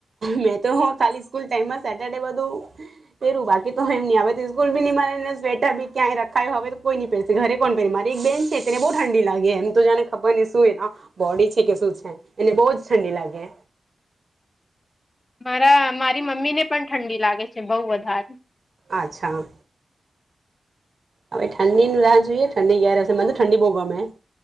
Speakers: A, on the right (about 55°); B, on the left (about 30°).
A: મેં તો ખાલી સ્કૂલ ટાઈમમાં સેટરડે બધું પેરું બાકી તો હ એમની સ્કૂલ બી મને સ્વેડર ક્યાંય રખાયું હવે તોઈની પેર ઘરે કોણ પેરી મારી એક બેન છે ને તેને બહુ ઠંડી લાગે એમ તો ને ખબર શું એ બોડી છે કે શું છે એને બહુ જ ઠંડી લાગે
B: <inaudible> મારા મારી મમ્મીને પણ ઠંડી લાગે છે બહુ વધારે
A: અચ્છા હવે ઠંડીની રાહ જોઈએ ઠંડી ક્યારે હશે મને ઠંડી બહુ ગમે